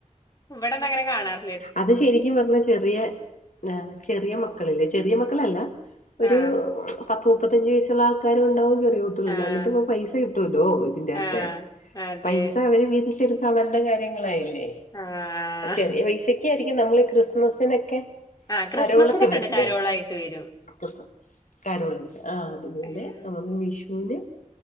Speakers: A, on the left (about 30°); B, on the left (about 85°).
A: ഇവടൊന്നും അങ്ങനെ കാണാറി
B: അത് ശരിക്കും പറഞ്ഞാ ചെറിയ ആഹ് ചെറിയ മക്കളില്ലേ ചെറിയ മക്കളല്ല ഒരു
A: ആഹ്
B: പത്ത് മുപ്പത്തഞ്ച് വയസ്സുള്ള ആൾക്കാരും ഇണ്ടാവും ചെറിയോരും ഇണ്ടാവും
A: ആഹ്
B: എന്നിട്ട് പൈസ കിട്ടുവല്ലോ ഇതിന്റകത്ത്
A: ആഹ് അതെ
B: പൈസ അവര് വീതിച്ചെടു ത്തവരുടെ കാര്യങ്ങളായില്ലേ
A: ആഹ്
B: ചെറിയ പൈസക്കെ ആയിരിക്കും നമ്മള് ഈ ക്രിസ്മസിനൊക്കെ
A: ആഹ് ക്രിസ്മസിനെക്കെണ്ട്
B: കരോളൊക്കെ വരില്ലേ
A: കാരോളായിട്ട് വരും
B: ക്രിസ് കരോള് ആ അതുപോലെ
A: ആഹ്
B: നമുക്ക് വിഷുവിന്